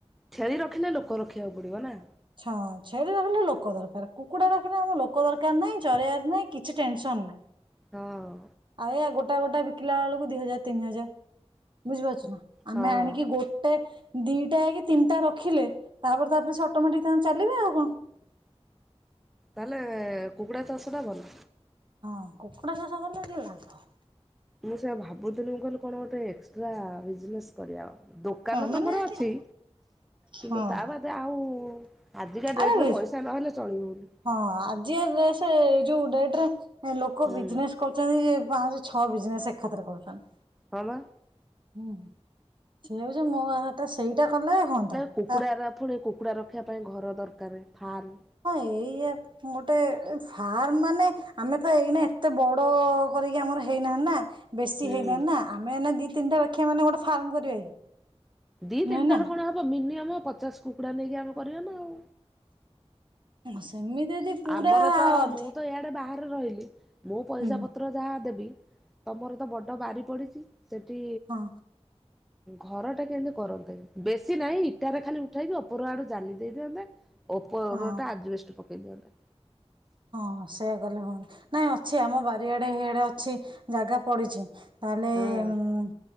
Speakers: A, in the centre; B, on the right (about 45°).
A: ଛେଳି ରଖିଲେ ଲୋକ ରଖିବାକୁ ପଡିବ ନା।
B: ଛଁ ଛେଳି ରଖିଲେ ଲୋକ ଦରକାର କୁକୁଡା ରଖିଲେ ଆମ ଲୋକ ଦରକାର ନାହିଁ। ଚରେଇବାର ନାଇଁ କିଛି ଟେନସନ ନାଇଁ।
A: ହଁ
B: ଆ ଏଇୟା ଗୋଟା ଗୋଟା ବିକିଲା ବେଳକୁ ଦି ହଜାର ତିନି ହଜାର। ବୁଝିପାରୁଛୁ ନା ଆମେ
A: ହଁ
B: ଆଣିକି ଗୋ ଟେ ଦିଟା କି ତିନିଟା ରଖିଲେ ତାପରେ ତାପରେ ସେ ଅଟୋମେଟିକ ତାଙ୍କର ଚାଲିବେ ଆଉ କଣ?
A: ତାହେଲେ କୁକୁଡ଼ା ଚାଷ ଟା ଭଲ।
B: ହଁ କୁକୁଡ଼ା ଚାଷ କଲେ ଟିକେ ଲାଭ।
A: ମୁଁ ସେୟା ଭାବୁଥିଲି ମୁଁ କହିଲି କଣ ଗୋଟେ ଏକ୍ସଟ୍ରା ବିଜନେସ୍ କରିବା ଦୋକାନ
B: ହଁ ମାନେ
A: ତ ମୋର
B: ଆଜ୍ଞା
A: ଅଛି। କିନ୍ତୁ
B: ହଁ।
A: ତା ବାଦେ ଆଉ ଆଜିକା
B: ଆରେ
A: ଡେଟରେ ପଇସା ନହେଲେ ଚଳିହଉନି।
B: ହଁ ଆଜିକା ଡ୍ରେସ ଯୋଉ ଡେଟରେ ଲୋକ
A: ହୁଁ
B: ବିଜନେସ କରୁଛନ୍ତି ପାଞ୍ଚ ଛଅ ବିଜନେସ ଏକାଥରେ କରୁଛନ୍ତି।
A: ହଁ ବା।
B: ହୁଁ ସେଇଆକୁ ଯେ ମୋ ହାତ ସେଇଟା କଲେ ହୁଅନ୍ତା।
A: କୁକୁଡ଼ାରା
B: ତା
A: ଫୁଣି କୁକୁଡ଼ା ରଖିବା ପାଇଁ ଘର ଦରକାର ଫାର୍ମ।
B: ହଁ ଏଇଆ ଗୋଟେ ଫାର୍ମ ମାନେ ଆମେ ତ ଏଇନା ଏତେ ବଡ କରିକି ଆମର ହେଇନାହାନ୍ତି ନା। ବେଶୀ
A: ହୁଁ
B: ହେଇନାହାନ୍ତି ନା ଆମେ ଏଇନା ଦି ତିନିଟା ରଖି ମାନେ ଗୋଟେ ଫାର୍ମ କରିବା କି।
A: ଦି
B: ନୁହେଁ
A: ତିନିଟା
B: ନା
A: ରେ କଣ ହବ ମିନିମମ୍ ପଚାଶ କୁକୁଡା ନେଇକି ଆମେ କରିବା ନା ଆଉ।
B: ହ ସେମିତି ଯଦି ପୁରା
A: ଆମର ତ
B: ଅଧି
A: ମୁଁ ତ ଇଆଡ଼େ ବାହା ବାହାରେ ରହିଲି ମୁଁ ପଇସା
B: ହୁଁ
A: ପତ୍ର ଯାହା ଦେବି ତମର ତ ବଡ ବାଡି ପଡିଚି ସେଠି
B: ହଁ
A: ଘର ଟେ କେମିତି କରନ୍ତେ ବେଶୀ ନାହିଁ ଇଟାରେ ଖାଲି ଉଠାଇକି ଉପର ଆଡୁ ଜାଲି ଦେଇ ଦିଅନ୍ତେ। ଓପର
B: ହଁ
A: ଟା ଆଜବେଷ୍ଟ ପକେଇ ଦିଅନ୍ତେ।
B: ହଁ ସେଇଆ କଲେ ହୁଅନ୍ତା। ନାଇଁ ଅଛି ଆମ ବାରିଆଡେ ହେଇଆଡ଼େ ଅଛି। ଜାଗା ପଡିଛି। ତାହେଲେ
A: ହଁ
B: ମୁଁ।